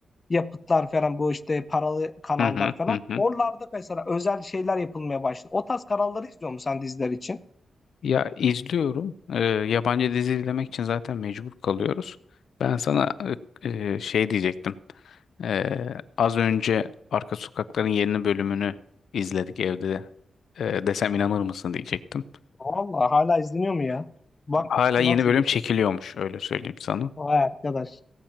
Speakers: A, on the left; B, on the left.
A: yapıtlar falan bu işte paralı kanallar
B: Hı hı
A: falan.
B: hı hı.
A: Oralarda mesela özel şeyler yapılmaya başladı. O tarz kanalları izliyor musun sen diziler için?
B: Ya izliyorum. Ee, yabancı dizi izlemek için zaten mecbur kalıyoruz. Ben sana e, e, şey diyecektim. Ee, az önce Arka Sokakların yeni bölümünü izledik evde. Ee, desem inanır mısın diyecektim.
A: Vallahi hala izleniyor mu ya? Bak
B: Hala
A: nasıl?
B: yeni bölüm çekiliyormuş öyle söyleyeyim sana.
A: Vay arkadaş.